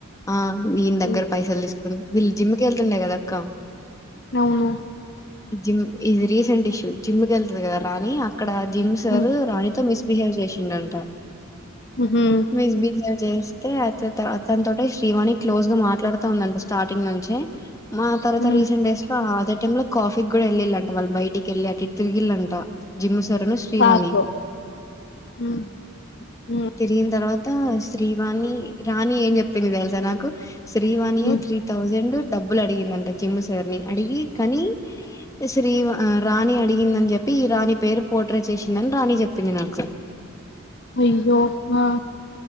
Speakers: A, on the left; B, on the left.
A: ఆ వీని
B: హ్మ్.
A: దగ్గర పైసలు తీసుకుంది వీళ్ళు జిమ్ కేళ్తుండే కదాక్కా
B: అవును.
A: జిమ్ ఇది రీసెంట్ ఇష్యూ జిమ్ వెళ్తుది కదా రాణి అక్కడ జిమ్ సర్
B: హ్మ్.
A: రాణితో మిస్బిహేవ్ చేసిండంట
B: హుహు.
A: మిస్బిహేవ్ చేస్తే దా తట ఈ శ్రీవాణి క్లోజ్ గా మాట్లాడుతా ఉందంటా స్టార్టింగ్ నుంచి మా తర్వాత
B: హ్మ్.
A: రీసెంట్ డేస్ లో ఆ ై లో కాఫీకి కూడా వెళ్ళంట వాళ్ళ బయటికి వెళ్ళి తిరిగిలంట జిమ్ సార్ శ్రీవాణి
B: సార్‌తో. హ్మ్. హ్మ్.
A: తిరిగిన తర్వాత శ్రీవాణి రాణి ఏం చెప్పింది తెలుసా నాకు త్రీ వన్ ఇయర్
B: హ్మ్.
A: త్రీ థౌజండ్ డబ్బులు అడిగిందంట జిమ్ము సర్ని అడిగి కానీ శ్రీవ రాణి ఆడ్ ందని చెప్పి ఈ రాణి పేరు పోట్రే చేసిందని రాణి చెప్పింది నాకు
B: అయ్యో హా